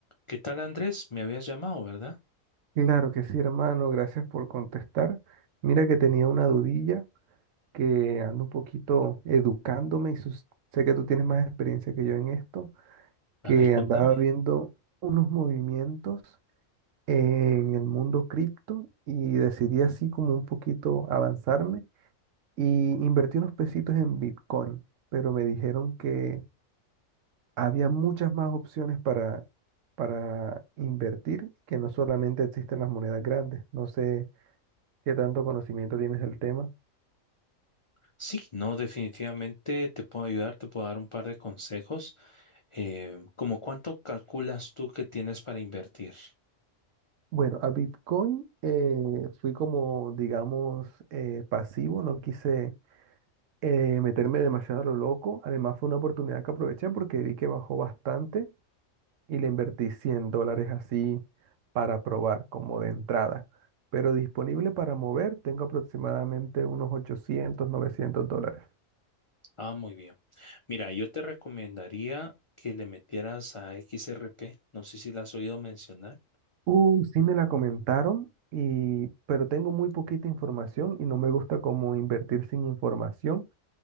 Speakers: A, on the left (about 55°); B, on the right (about 70°).
A: ¿Qué tal, Andrés? Me habías llamado, ¿verdad?
B: Claro que sí, hermano, gracias por contestar. Mira que tenía una dudilla que ando un poquito educándome y sus- sé que tú tienes más experiencia que yo en esto,
A: A
B: que
A: ver, contame.
B: andaba viendo unos movimientos en el mundo cripto y decidí así como un poquito avanzarme y invertí unos pesitos en Bitcoin, pero me dijeron que había muchas más opciones para, para invertir, que no solamente existen las monedas grandes. No sé. ¿Qué tanto conocimiento tienes del tema?
A: Sí, no, definitivamente te puedo ayudar, te puedo dar un par de consejos. Eh, ¿cómo cuánto calculas tú que tienes para invertir?
B: Bueno, a Bitcoin eh, fui como, digamos, eh, pasivo, no quise eh, meterme demasiado a lo loco. Además fue una oportunidad que aproveché porque vi que bajó bastante y le invertí 100 dólares así para probar, como de entrada. Pero disponible para mover tengo aproximadamente unos 800 900 dólares.
A: Ah, muy bien. Mira, yo te recomendaría que le metieras a XRP. No sé si la has oído mencionar.
B: Uh, sí me la comentaron, y, pero tengo muy poquita información y no me gusta como invertir sin información.